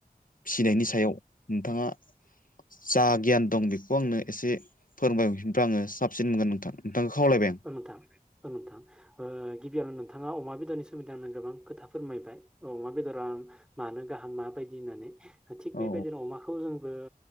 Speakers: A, on the left; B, in the centre.
A: फिसिनायनि सायाव नोंथाङा जा गियान दं बेखौ आंनो एसे फोरोंबाय ओमफ्राय आङो साबसिन मोनगोन नोंथां नोंथांखौ खावलायबाय आं
B: ओ नोंथां। ओ नोंथां। ओ गिबियावनो नोंथाङा अमा बेदरनि सोमोन्दै आंनो गोबां खोथा फोरमायबाय औ अमा बेदरा मानो गाहाम माबायदि होननानै! थिग बेबायदिनो
A: औ
B: अमाखौ जोंबो